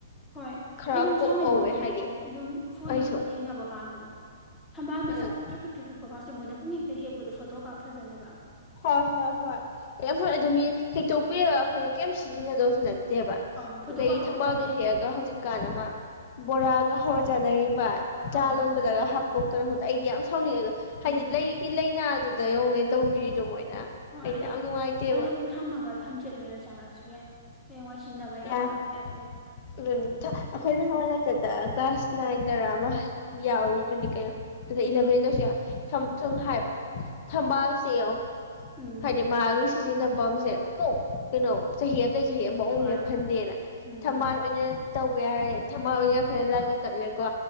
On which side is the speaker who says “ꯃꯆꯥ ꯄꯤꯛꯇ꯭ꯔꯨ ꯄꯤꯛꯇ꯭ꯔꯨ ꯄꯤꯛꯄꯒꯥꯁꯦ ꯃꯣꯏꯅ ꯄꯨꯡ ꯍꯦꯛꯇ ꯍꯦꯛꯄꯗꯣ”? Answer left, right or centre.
Left